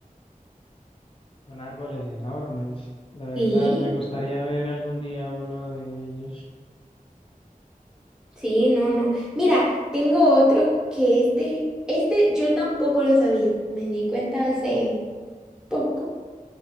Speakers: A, on the left; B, in the centre.
A: Son árboles enormes. La verdad
B: Sí,
A: me gustaría ver algún día uno de ellos.
B: sí, no, no. Mira, tengo otro que este, este yo tampoco lo sabía. Me di cuenta hace poco.